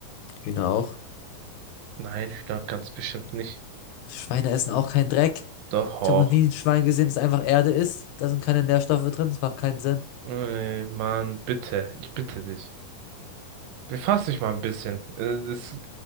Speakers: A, on the left; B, on the right.
A: Hühner auch.
B: Nein, Hühner ganz bestimmt nicht.
A: Schweine essen auch keinen Dreck.
B: Doch.
A: Ich habe noch nie ein Schwein gesehen, das einfach Erde isst. Da sind keine Nährstoffe drin, das macht keinen Sinn.
B: Ey, Mann, bitte. Ich bitte dich. Befass dich mal ein bisschen. Äh, Es,